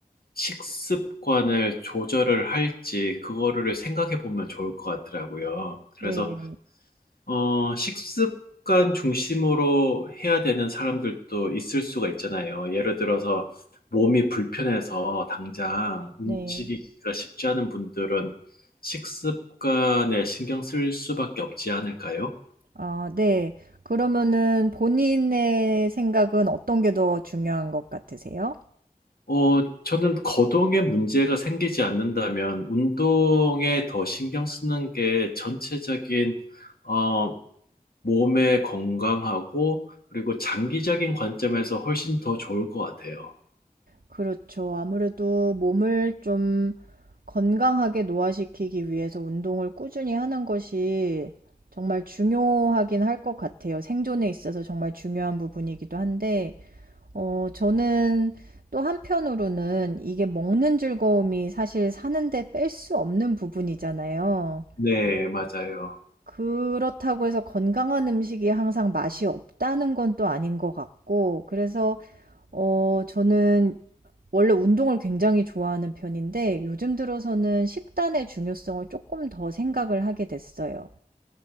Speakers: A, on the left (about 75°); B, on the right (about 65°).
A: 식습관을 조절을 할지 그거를 생각해 보면 좋을 것 같더라고요. 그래서
B: 네,
A: 어, 식습관 중심으로 해야 되는 사람들도 있을 수가 있잖아요. 예를 들어서 몸이 불편해서 당장 움직이기가
B: 네.
A: 쉽지 않은 분들은 식습관에 신경 쓸 수밖에 없지 않을까요?
B: 아, 네. 그러면은 본인의 생각은 어떤 게 더 중요한 것 같으세요?
A: 어, 저는 거동에 문제가 생기지 않는다면 운동에 더 신경 쓰는 게 전체적인, 어, 몸의 건강하고 그리고 장기적인 관점에서 훨씬 더 좋을 것 같아요.
B: 그렇죠. 아무래도 몸을 좀 건강하게 노화시키기 위해서 운동을 꾸준히 하는 것이 정말 중요하긴 할 것 같아요. 생존에 있어서 정말 중요한 부분이기도 한데, 어, 저는 또 한편으로는 이게 먹는 즐거움이 사실 사는데 뺄 수 없는 부분이잖아요.
A: 네, 맞아요.
B: 그렇다고 해서 건강한 음식이 항상 맛이 없다는 건 또 아닌 것 같고, 그래서 어, 저는 원래 운동을 굉장히 좋아하는 편인데 요즘 들어서는 식단의 중요성을 쪼끔 더 생각을 하게 됐어요.